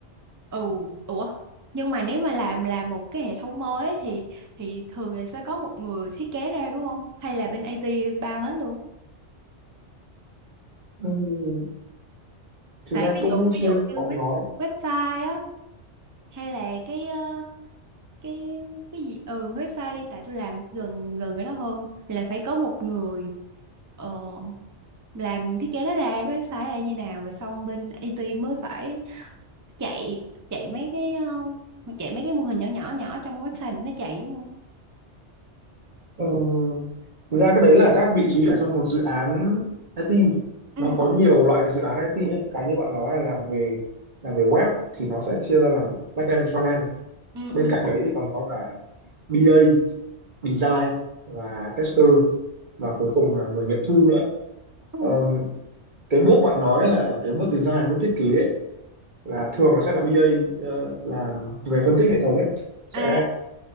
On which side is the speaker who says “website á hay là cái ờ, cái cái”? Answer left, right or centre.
Right